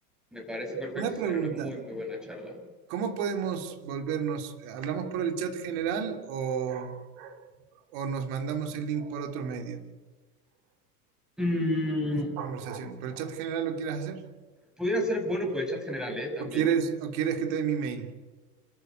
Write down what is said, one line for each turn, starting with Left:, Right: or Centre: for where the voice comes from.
Centre: Me parece perfecto,
Right: Una
Centre: sería
Right: pregunta,
Centre: una muy, muy buena charla.
Right: ¿cómo podemos volvernos? ¿Hablamos por el chat general o, o nos mandamos el link por otro medio?
Centre: Mm,
Right: Conversación. ¿Pero el chat general lo quieres hacer?
Centre: pudiera ser bueno por el chat general, ¿eh? También.
Right: ¿O quieres, o quieres que te dé mi mail?